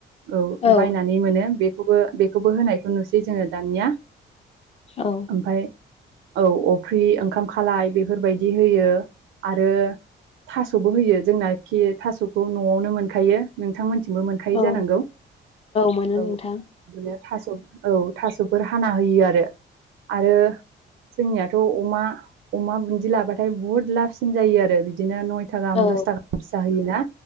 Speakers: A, on the right; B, on the left.
A: औ
B: औ
A: बायनानै मोनो बेखौबो बेखौबो होनायखौ नुसै जोङो दानिया
B: औ
A: ओमफफ्राय औ अफ्रि ओंखाम खालाय बेफोरबायदि होयो आरो थासबो होयो जोंनाखि थासखौ नआवनो मोनखायो नोंथांमोन मोनखायो
B: औ
A: जानांगौ
B: मोनो
A: औ
B: नोंथां
A: बिनो थास औ थासफोर हाना होयो आरो आरो जोंनियाथ अमा अमा बुन्दि लाबाथाय बुहुत लाबसिन जायो आरो बिदिनो नयथा गाहाम
B: औ
A: दस थाखााहाम फिसा होयोना